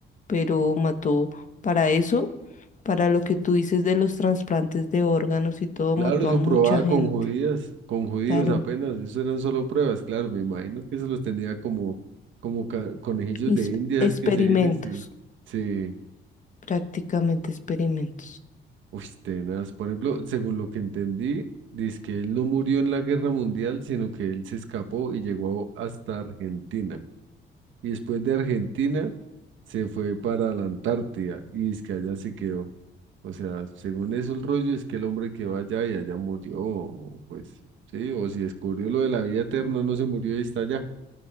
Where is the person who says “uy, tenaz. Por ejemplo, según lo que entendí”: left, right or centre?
Right